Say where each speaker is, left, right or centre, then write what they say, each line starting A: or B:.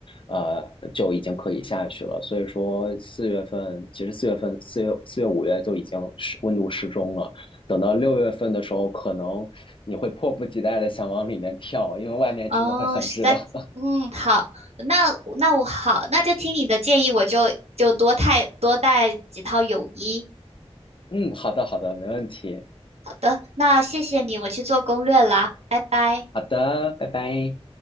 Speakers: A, on the left; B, on the right.
A: 呃，就已经可以下去了。所以说四月份，其实四月份、四月、四月、五月就已经是温度适中了。等到六月份的时候，可能你会迫不及待的想往里面跳，因为外面真的会很热。
B: 哦，实在，
A: <laughs>
B: 嗯，好，那那我好，那就听你的建议，我就就多太多带几套泳衣。
A: 嗯，好的，好的，没问题。
B: 好的，那谢谢你，我去做攻略啦，拜拜。
A: 好的，拜拜。